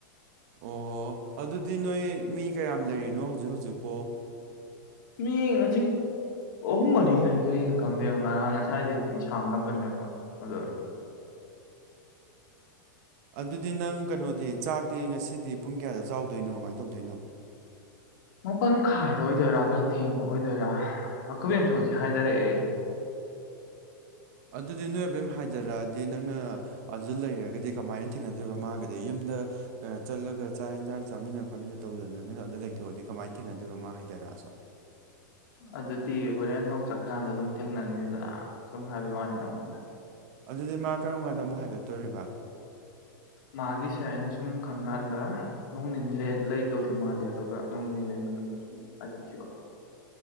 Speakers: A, on the right; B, on the left.
A: ꯑꯣ ꯑꯗꯨꯗꯤ ꯅꯣꯏ ꯃꯤ ꯀꯌꯥꯝ ꯂꯩꯔꯤꯅꯣ ꯍꯧꯖꯤꯛ ꯍꯧꯖꯤꯛꯄꯣ
B: ꯃꯤ ꯉꯁꯤ ꯑꯣ ꯑꯍꯨꯝ ꯃꯔꯤ ꯂꯩ ꯀꯔꯤꯒꯤꯅꯣ ꯈꯪꯗꯦ ꯉꯔꯥꯡ ꯉꯁꯥꯏꯗꯒꯤ ꯁꯨꯝ ꯁꯝꯅꯕꯅꯦꯕ ꯑꯗꯣ
A: ꯑꯗꯨꯗꯤ ꯅꯪ ꯀꯩꯅꯣꯗꯤ ꯆꯥꯛꯇꯤ ꯉꯁꯤꯗꯤ ꯄꯨꯡ ꯀꯌꯥꯗ ꯆꯥꯎꯗꯣꯏꯅꯣ ꯀꯃꯥꯏꯅ ꯇꯧꯗꯣꯏꯅꯣ
B: ꯃꯄꯜ ꯃꯈꯥꯏꯗ ꯑꯣꯏꯗꯣꯏꯔꯥ ꯈꯔ ꯊꯦꯡꯕ ꯑꯣꯏꯗꯣꯏꯔꯥ ꯑꯩꯈꯣꯏ ꯕꯦꯝꯃꯁꯨ ꯉꯁꯤ ꯍꯥꯏꯗꯔꯛꯑꯦ
A: ꯑꯗꯨꯗꯤ ꯅꯣꯏ ꯑꯕꯦꯝ ꯍꯥꯏꯗꯔꯛꯑꯗꯤ ꯅꯪꯅ ꯑꯗꯨꯗ ꯂꯩꯔꯒꯗꯤ ꯀꯃꯥꯏꯅ ꯊꯦꯡꯅꯗꯣꯏꯕ ꯃꯥꯒꯗꯤ ꯌꯨꯝꯗ ꯆꯠꯂꯒ ꯆꯥꯛ ꯌꯦꯟꯁꯥꯡ ꯆꯥꯃꯤꯟꯅ ꯈꯣꯠꯃꯤꯟꯅ ꯇꯧꯗꯅ ꯅꯪ ꯑꯗ ꯂꯩꯊꯣꯛꯑꯗꯤ ꯀꯃꯥꯏꯅ ꯊꯦꯡꯅꯗꯣꯏꯕ ꯃꯥ ꯍꯥꯏꯗꯔꯛꯑꯁꯨ
B: ꯑꯗꯨꯗꯤ ꯍꯣꯔꯦꯟ ꯆꯠꯈ꯭ꯔꯀꯥꯟꯗ ꯑꯗꯨꯝ ꯊꯦꯡꯅꯅꯤꯗꯅ ꯁꯨꯝ ꯍꯥꯏꯕꯩ ꯋꯥꯅꯤ ꯅꯪꯉꯣꯟꯗ
A: ꯑꯗꯨꯗꯤ ꯃꯥ ꯀꯔꯝ ꯀꯥꯟꯗ ꯑꯃꯨꯛ ꯍꯥꯏꯒꯠꯇꯣꯔꯤꯕ
B: ꯃꯥꯒꯤꯁꯦ ꯑꯩꯅ ꯁꯨꯝ ꯈꯟ ꯀꯥꯟꯗ ꯅꯣꯡ ꯅꯤꯅꯤ ꯂꯩ ꯂꯩꯗꯧꯗꯤ ꯃꯥꯜꯂꯦ ꯑꯗꯨꯒ ꯅꯣꯡ ꯅꯤꯅꯤ ꯂꯩ ꯃꯇꯨꯡꯗ ꯑꯃꯨꯛ ꯍꯥꯏꯒꯠꯈꯤꯗꯧꯕ